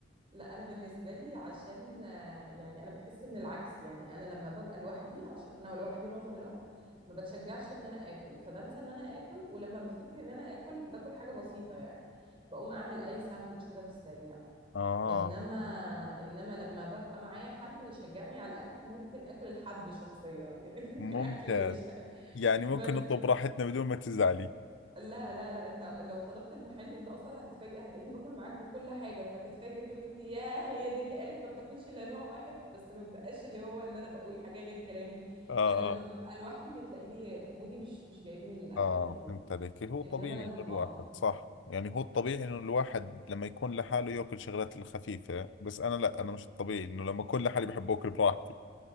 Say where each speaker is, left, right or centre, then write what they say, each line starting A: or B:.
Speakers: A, on the right (about 30°); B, on the left (about 85°).
A: لا انا بالنسبه لي عشان آه، يعني انا بحس ان العكس يعني انا لما ببقى لوحدي عشان انا لوحدي معظم الوقت ما بتشجعش ان انا اكل فبنسى ان انا اكل ولما بفتكر ان انا اكل باكل حاجه بسيطه يعني بقوم اعمل اي ساندوتش كده في السريع
B: اه
A: انما انما لما ببقى معايا حد ويشجعني على الاكل ممكن اكل الحد شخصيا يعني <laughs> ممكن
B: ممتاز
A: اكل اللي مش <laughs>
B: يعني ممكن
A: بس
B: نطلب راحتنا بدون ما تزعلي
A: لا لا لا انت لو طلبت المحل انت اصلا هتتفاجئ هتلاقيني باكل معاك من كل حاجه فتتفاجئ تقول لي انت ياه هي دي اللي قالت ما بتاكلش الا نوع واحد بس ما بقاش اللي هو ان انا بقول حاجه غير كلامي
B: اه
A: انا لما ببقى لوحدي بتلاقيني مودي مش مش جايبني للاكل
B: آه
A: خالص
B: فهمت عليك هو
A: انما
B: طبيعي
A: لما
B: إنه الواحد
A: اه
B: صح يعني هو الطبيعي إنه الواحد لما يكون لحاله يأكل شغلات الخفيفة بس أنا لا أنا مش الطبيعي إنه لما أكون لحالي بحب أكل براحتي